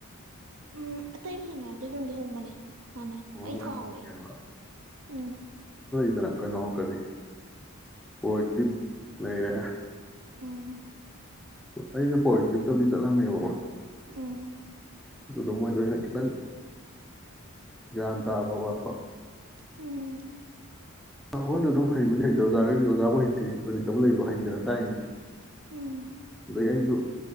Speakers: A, on the right (about 65°); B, in the centre.
A: ꯎꯝ ꯑꯇꯩ ꯌꯦꯡꯅꯔꯗꯤ ꯍꯣꯡꯗꯦ ꯍꯣꯡꯕꯅꯦ ꯑꯅ
B: ꯑꯣ
A: ꯑꯩ
B: ꯃꯣꯏꯅ
A: ꯀꯥꯎꯔꯦ
B: ꯈꯪꯉꯦꯕ
A: ꯎꯝ
B: ꯑꯗꯨꯅ ꯀꯩꯅꯣꯔꯒꯗꯤ ꯄ꯭ꯔꯛꯇꯤꯞ ꯂꯩꯔꯦ
A: ꯎꯝ
B: ꯑꯩꯁꯦ ꯄꯣꯛꯇ꯭ꯔꯤꯞꯇꯧꯗꯤ ꯆꯠꯂꯝꯃꯦꯕꯀꯣ
A: ꯎꯝ
B: ꯑꯗꯨꯗ ꯃꯣꯏꯗꯣ ꯑꯩꯅ ꯈꯤꯇꯪ ꯒ꯭ꯌꯥꯟ ꯇꯥꯕ ꯋꯥꯠꯄ
A: ꯎꯝ
B: ꯈꯣꯏꯁꯨ ꯑꯗꯨꯝꯩꯕꯨꯗꯤ ꯍꯩꯇꯕ ꯑꯣꯖꯥꯈꯩꯗꯤ ꯑꯣꯖꯥꯕꯨ ꯍꯩꯇꯦ ꯍꯖꯤꯩꯇꯕꯨ ꯂꯩꯕ ꯍꯩꯗꯅ ꯇꯥꯛꯏꯅꯦ
A: ꯎꯝ
B: ꯑꯗꯒꯤ ꯑꯩꯁꯨ